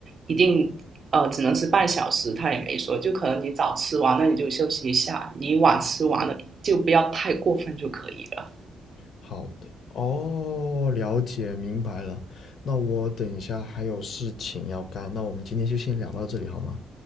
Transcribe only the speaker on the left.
好的，哦，了解，明白了。那我等一下还有事情要干，那我们今天就先聊到这里好吗？